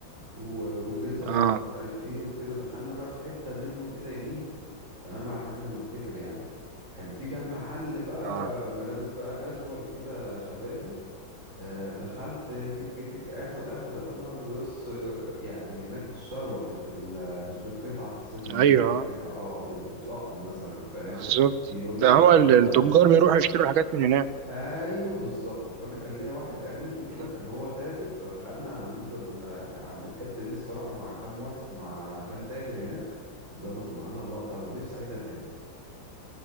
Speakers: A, on the right; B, on the right.
A: و- وجزم
B: اه
A: ومش عارف ايه وكده دخلنا بقى في حتة منه كده يمين تمام على حد ما افتكر يعني كان في كام محل بقى
B: اه
A: ملابس بقى كاجوال كده شبابي آه، دخلت تك تك اخد اخد اخد اخد بص يعني هناك بالشروة مش بال مش بالقطع حسيت انها
B: ايوه
A: مش بالقطع اه بال- بالطقم مثلا فاهم
B: بالظبط
A: يقول لك
B: ده
A: الطقم
B: هو ال- التجار
A: ده عامل كده
B: بيروحوا يشتروا الحاجات من هناك
A: ايوه بالظبط فانا كان ليا واحد قريبي كده
B: آه.
A: كان هو تاجر فخدنا عنده ال... عند الحته دي الصراحه مع كام واحد مع كام تاجر هناك ظبطوا معانا اللقطه ونفسي اعيدها تاني